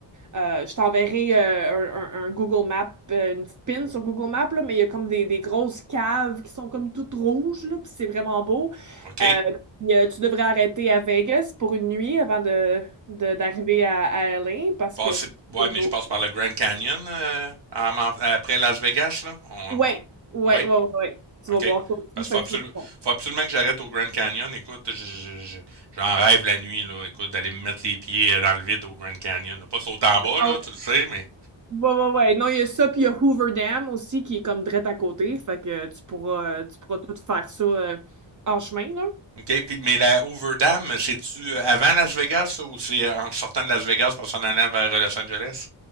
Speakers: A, on the right (about 45°); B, on the right (about 60°).
A: euh, je t'enverrai euh, un, un- un Google Map, euh, une petite pin sur Google Map, là, mais il y a comme des, des grosses caves qui sont comme toutes rouges, là, puis c'est vraiment beau.
B: Ok?
A: Euh, puis, euh, tu devrais arrêter à Vegas pour une nuit avant de, de- d'arriver à, à LA parce
B: Passer,
A: que c'est
B: ouais,
A: toujours.
B: mais je passe par le Grand Canyon euh, en m'en- après Las Vegas, là. On,
A: Ouais, ouais,
B: ouais.
A: ouais, ouais. ouais. Tu
B: OK.
A: vas voir ça aussi,
B: Parce
A: fait
B: qu'il faut,
A: que
B: absolu-
A: tu vas pouvoir-
B: faut absolument que j'arrête au Grand Canyon. Écoute, je- je- je- j'en rêve la nuit, là. Écoute, d'aller me mettre les pieds euh, dans le vide au Grand Canyon. là. Pas sauter en bas,
A: Ah
B: là,
A: ouais,
B: tu le sais, mais.
A: ouais, ouais, ouais. Non, il y a ça, puis il y a Hoover Dam aussi qui est comme direct à côté, fait que tu pourras, euh, tu pourras tout faire ça euh, en chemin, là.
B: OK. Puis, mais la Overdam, c'est-tu avant Las Vegas, ça, ou c'est en sortant de Las Vegas pour s'en allant vers euh, Los Angeles?